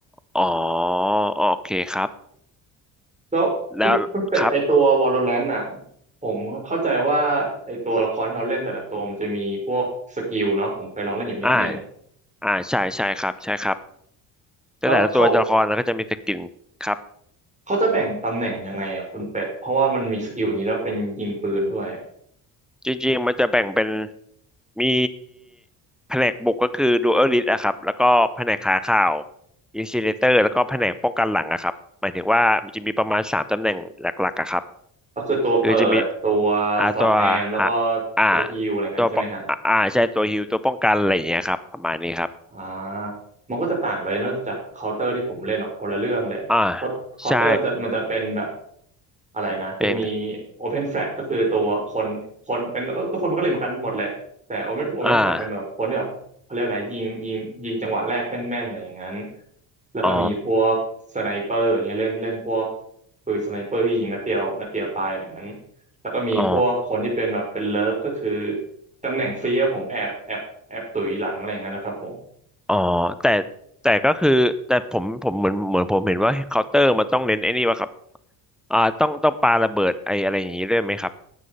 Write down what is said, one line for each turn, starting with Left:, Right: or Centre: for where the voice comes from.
Centre: อ๋อโอเคครับ
Right: แล้วคุณคุณเป็ดไอตัว
Centre: แล้วครับ
Right: Valorant น่ะผมเข้าใจว่าไอตัวละครที่เราเล่นแต่ละตัวมันจะมีพวกสกิลเนาะผมเคยลองเล่นอยู่นิดนึง
Centre: อ่า อ่าใช่ใช่ครับใช่ครับแต่แต่ละตัวละครแล้วก็จะมีสกินครับ
Right: แล้วเขาเขาจะแบ่งตำแหน่งยังไงอะคุณเป็ดเพราะว่ามันมีสกิลอย่างนี้แล้วเป็นยิงปืนด้วยอะ
Centre: จริงๆมันจะแบ่งเป็นมีแผนกบุกก็คือดูเออริสอะครับแล้วก็แผนกหาข่าวอินซิเลเตอร์แล้วก็แผนกป้องกันหลังอะครับหมายถึงว่ามันจะมีประมาณสามตำแหน่งหลักๆอะครับ
Right: ก็คือตัวเปิดตัวสอดแนมแล้วก็
Centre: คือจะมีอ่าตัวหาอ่า
Right: ตัวฮีลอะไรกันใช่ไหมฮะ
Centre: ตัวปอ่าอ่าใช่ตัวฮิลตัวป้องกันอะไรอย่างเงี้ยครับประมาณนี้ครับ
Right: อ่ามันก็จะต่างไปเลยนอกจากเคาน์เตอร์ที่ผมเล่นออกคนละเรื่องเลยอะเพราะเคาน์เตอร์มันจะมันจะเป็นแบบ
Centre: อ่าใช่
Right: อะไรนะจะมี
Centre: เป็น
Right: Open Flag ก็คือตัวคนคนเป็นทุกคนมันก็เล่นเหมือนกันหมดแหละแต่ Open Open
Centre: อ่า
Right: Flag เป็นแบบคนที่แบบเขาเรียกว่าอะไรยิงยิงยิงจังหวะแรกแม่นๆอะไรอย่างนั้นแล้วก็มีพวกสไนเปอร์อย่างเงี้ยเล่นเล่นพวก
Centre: อ๋อ
Right: ปืนสไนเปอร์ที่ยิงนัดเดียวนัดเดียวตายอะไรอย่างนั้นแล้วก็มีพวกคนที่เป็นแบบเป็นเลิฟก็คือ
Centre: อ๋อ
Right: ตำแหน่งฟรีอะผมแอบแอบแอบตุ๋ยหลังอะไรอย่างนั้นนะครับผม
Centre: อ๋อแต่แต่ก็คือแต่ผมผมเหมือนเหมือนผมเห็นว่าเคาน์เตอร์มันต้องเน้นไอ้นี่วะครับอ่าต้องต้องปาระเบิดไออะไรอย่างนี้ด้วยไหมครับ